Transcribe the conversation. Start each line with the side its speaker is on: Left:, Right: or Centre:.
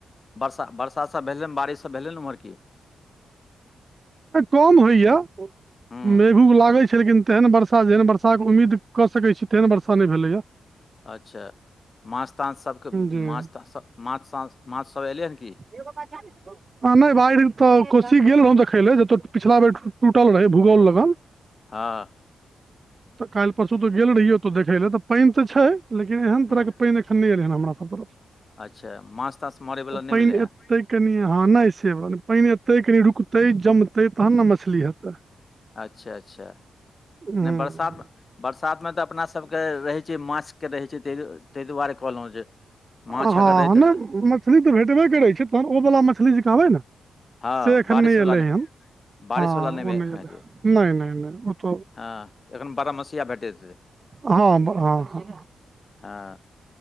Left: बरसा बरसा सब भेलै बारिश सब भेलै ने ओम्हर की?
Right: कम होइया।
Left: हूँ
Right: मेघू लागे छै लेकिन तेहन वर्षा जेहन बर्षा के उम्मीद क सकैत छी तेहन वर्षा नय भेले या।
Left: अच्छा माछ ताछसभके
Right: जी
Left: माछ तसभ माछ त माछसभ अयलै हन कि?
Right: <inaudible> आ नहि बाढ़ि तऽ कोशी गेल रहौ देखय ले जतौ पिछला बेर टूटल रहे भूगोल लग।
Left: हँ।
Right: तऽ काल्हि परसू तऽ गेल रहिये ओतय देखे ले तऽ पानि तऽ छै। लेकिन एहन
Left: हूँ
Right: तरहके पानि एखन नहिैन हमरासभ तरफ।
Left: अच्छा माछ ताछ मारयवला
Right: तऽ
Left: नहि
Right: पानि
Left: भेलै हँ
Right: एते कनि हँ नहि सेबात पानि एतै, कनि रुकतै, जमतै, तहन ने मछली हेतै।
Left: अच्छा अच्छा
Right: हूँ
Left: नहि बरसातमे बरसातमे तऽ अपना सभके रहै छै माछ के रहै छै ता ताहि दुआरे कहलहुँ जे माछ
Right: हँ
Left: अगर रहैत हेतै
Right: नहि
Left: तऽ
Right: मछली तऽ भेटबे करैत छै तहन ओवला मछली जे कहबै ने
Left: हँ
Right: से एखन
Left: बारिशवला
Right: नहि एयलै हन।
Left: बारिशवला
Right: हँ ओ
Left: एखन
Right: नहि
Left: हेतै
Right: एले हन, नहि नहि नहि ओ तऽ
Left: हँ एखन बारहमसिया भेटैत हेतै
Right: हँ ह।
Left: हँ